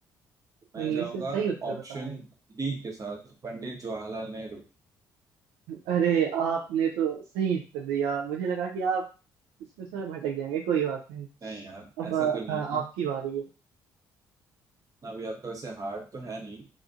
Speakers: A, on the right (about 40°); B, on the right (about 70°).
A: मैं
B: इनमें
A: जाऊंगा
B: से सही उत्तर
A: ऑप्शन
B: बताएं
A: डी के साथ पंडित जवाहरलाल नेहरू
B: अरे आपने तो सही उत्तर दिया मुझे लगा कि आप इसमें थोड़ा भटक जाएंगे कोई बात नहीं
A: नहीं यार
B: अब
A: ऐसा
B: अ,
A: तो नहीं
B: आपकी बारी है
A: ना भी आपका वैसे हार्ड तो है नहीं